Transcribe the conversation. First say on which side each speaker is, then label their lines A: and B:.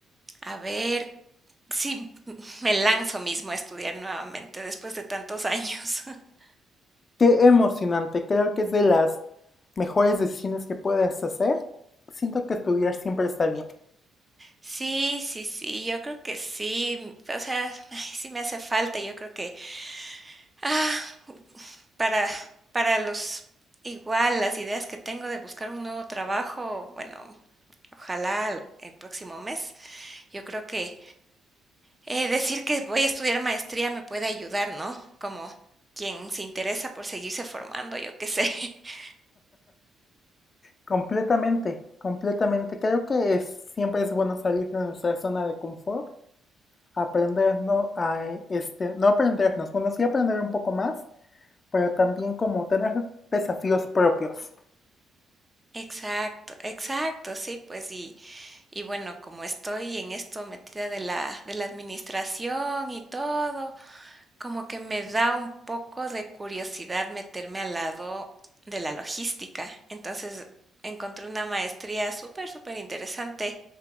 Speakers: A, on the right; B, on the left.
A: a ver si <laughs> me lanzo mismo a estudiar nuevamente después de tantos años. <laughs>
B: Qué emocionante, creo que es de las mejores decisiones que puedes hacer. Siento que estudiar siempre está bien.
A: Sí, sí, sí, yo creo que sí, o sea, ay, sí me hace falta, yo creo que... Ah, Para para los igual las ideas que tengo de buscar un nuevo trabajo, bueno, ojalá el el próximo mes. Yo creo que, eh, decir que voy a estudiar maestría me puede ayudar, ¿no? Como quien se interesa por seguirse formando, yo qué sé. <laughs>
B: Completamente, completamente. Creo que es, siempre es bueno salir de nuestra zona de confort, aprendernos a, este, no aprendernos, bueno, sí aprender un poco más, pero también como tener desafíos propios.
A: Exacto, exacto, sí, pues, y y bueno, como estoy en esto metida de la de la administración y todo, Como que me da un poco de curiosidad meterme al lado de la logística. Entonces, encontré una maestría súper, súper interesante,